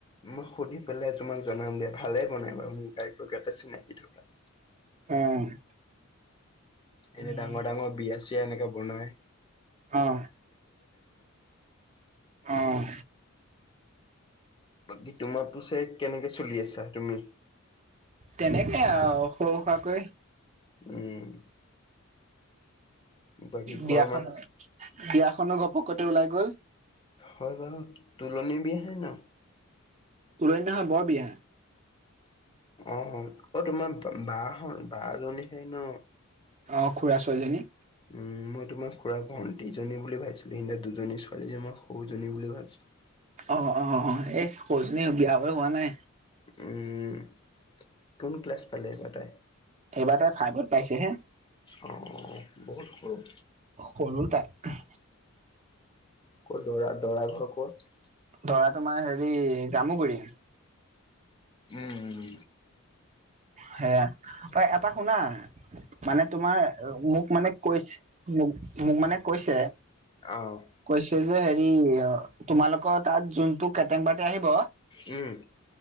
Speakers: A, on the left; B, on the right.
A: মই সুধি পেলাই তোমাক জনাম দিয়া, ভালে বনাই বাৰু মোৰ গাইকতে চিনাকি থকা।
B: অ'। তুমি
A: এনে ডাঙৰ ডাঙৰ বিয়া-চিয়াত এনেকে বনায়।
B: অঁ, অঁ।
A: বাকী তোমাৰ পিছে কেনেকে চলি আছা, তুমি?
B: তেনেকে আৰু সৰু-সুৰকৈ।
A: উম। বাকী ঘৰৰ
B: বিয়াখনো,
A: মান
B: বিয়াখনো ঘপকতে ওলাই গ'ল।
A: হয় বাৰু, তোলনি বিয়াহে ন'?
B: তুলনি নহয় বৰ বিয়া।
A: অ অ', অ' তোমাৰ বা বা জনীহে ন'?
B: অ', খুৰাৰ ছোৱালীজনী।
A: উম মই তোমাৰ খুৰা ভন্টিজনী বুলি ভাবিছিলো, সেইদিনা দুজনী ছোৱালীজনীৰ মই সৰুজনী বুলি ভাবিছিলোঁ।
B: অঁ অঁ অঁ এই সৰুজনী বিয়া হ'ব হোৱা নাই।
A: উম, কোন ক্লাছ পালে, এইিবাৰ তাই?
B: এইবাৰ তাই ফাইভত পাইছেহে।
A: অঁ বহুত সৰু।
B: সৰু তাই।
A: ক'ত দৰা দৰা ঘৰ ক'ত?
B: দৰা তোমাৰ হেৰি, জামুগুৰি।
A: উম উম।
B: সেয়া, অ', এটা শুনা মানে তোমাৰ মোক মানে কৈছে, মোক মোক মানে কৈছে
A: অঁ।
B: কৈছে, যে হেৰি তোমালোকৰ তাত যোনটো কেটেং পাৰ্টি আহিব
A: উম।